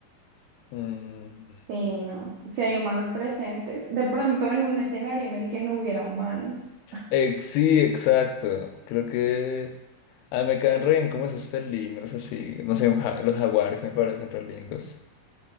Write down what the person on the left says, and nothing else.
Mm,
ex- sí, exacto. Creo que ah, me caen re bien como esos felinos, así. No sé, un ja- los jaguares me parecen re lindos.